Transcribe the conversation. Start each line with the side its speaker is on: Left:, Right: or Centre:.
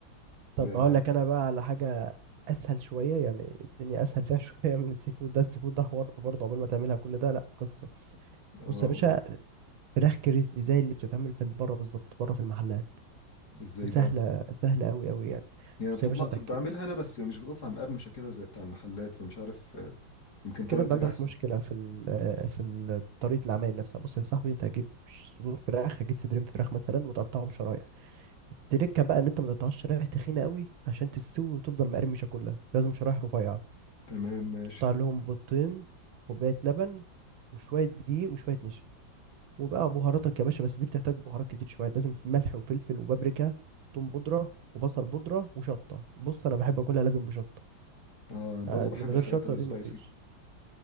Right: طب
Left: ب-
Right: أقول لك أنا بقى على حاجة أسهل شوية يعني الدنيا أسهل فيها <laughs> شوية من السي فود ده السي فود ده حوار برضه عقبال ما تعملها كل ده لأ قصة
Left: اه
Right: بص يا
Left: قول
Right: باشا فراخ كريسبي زي اللي بتتعمل في بره بالظبط بره في المحلات
Left: ازاي
Right: وسهلة
Left: بقى
Right: سهلة أوي أوي يعني
Left: هي
Right: بص
Left: بتطلع
Right: يا باشا أنت
Left: بعملها
Right: أكيد
Left: انا بس مش بتطلع مقرمشه كده زي بتاع المحلات فمش عارف آه، يمكن طريقتك
Right: كده انت عندك
Left: احسن
Right: مشكله في ال- آه، في ال- طريقه العمايل نفسها بص يا صاحبي انت هتجيب ش- صدور فراخ هتجيب صدرين فراخ مثلا وتقطعهم شرايح التركه بقى ان انت ما تقطعش شرايح تخينه قوي عشان تستوي وتفضل مقرمشه كلها لازم شرايح رفيعه
Left: تمام ماشي
Right: تقطع لهم بيضتين كوبايه لبن وشويه دقيق وشويه نشا وبقى بهاراتك يا باشا بس دي بتحتاج بهارات كتير شويه لازم ملح وفلفل وبابريكا وثوم بودره وبصل بودره وشطه بص انا بحب اكلها لازم بشطه
Left: اه برضه
Right: آه،
Left: بحب
Right: من غير
Left: الحاجات
Right: شطه
Left: السبايسي
Right: دي مفيش